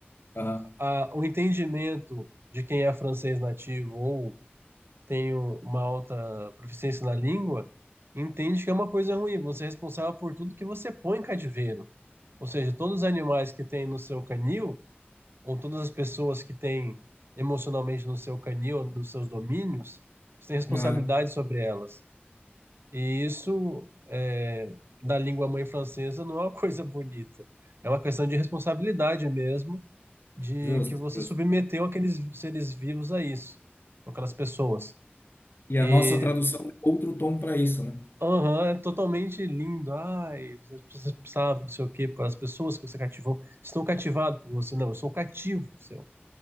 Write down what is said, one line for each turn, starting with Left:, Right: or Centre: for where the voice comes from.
Left: Aham,
Right: A- o entendimento de quem é francês nativo ou tem um- uma alta proficiência na língua, entende que é uma coisa ruim. Você é responsável por tudo que você põe em cativeiro. Ou seja, todos os animais que tem no seu canil, ou todas as pessoas que têm emocionalmente no seu canil, ou nos seus domínios, você tem responsabilidade
Left: aham,
Right: sobre elas. E isso, é, da língua mãe francesa, não é uma <laughs> coisa bonita. É uma questão de responsabilidade mesmo, de
Left: justo,
Right: que você
Left: justo.
Right: submeteu aqueles seres vivos a isso, aquelas pessoas.
Left: E a
Right: E
Left: nossa tradução é outro tom para isso, né?
Right: Aham, é totalmente lindo. Ai, as pessoas precisavam, não sei o quê, para as pessoas que você cativou. Estão cativadas por você. Não, eu sou um cativo seu.